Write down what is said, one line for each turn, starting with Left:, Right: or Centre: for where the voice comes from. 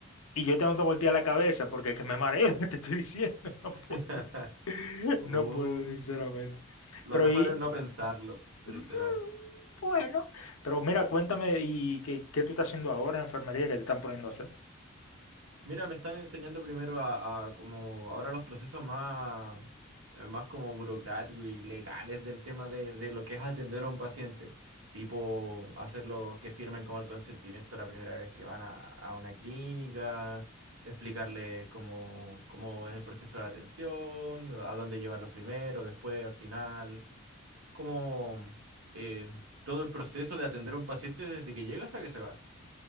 Left: y yo tengo que voltear la cabeza porque es que me mareo, <laughs> te estoy diciendo, <laughs> no
Right: <laughs>
Left: puedo,
Right: Uh,
Left: no puedo, sinceramente.
Right: lo
Left: Pero
Right: mejor
Left: y...
Right: es no pensarlo, literal.
Left: Mm, Bueno, pero mira, cuéntame, ¿y qué, qué tú estás haciendo ahora en enfermería que te están poniendo a hacer?
Right: Mira, me están enseñando primero a, a como ahora los procesos más, eh, más como burocráticos y legales del tema de, de lo que es atender a un paciente. Tipo, hacerlo que firmen como el consentimiento la primera vez que van a, a una clínica, explicarles cómo, cómo es el proceso de atención, a dónde llevarlos primero, después, al final. Es como eh, todo el proceso de atender a un paciente desde que llega hasta que se va.